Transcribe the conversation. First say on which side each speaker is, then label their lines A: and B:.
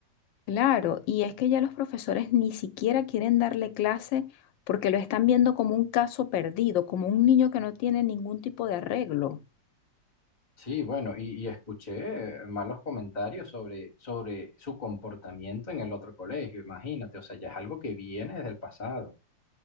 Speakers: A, on the left; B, on the left.
A: Claro, y es que ya los profesores ni siquiera quieren darle clase porque lo están viendo como un caso perdido, como un niño que no tiene ningún tipo de arreglo.
B: Sí, bueno, y, y escuché eh, malos comentarios sobre, sobre su comportamiento en el otro colegio, imagínate, o sea, ya es algo que viene desde el pasado.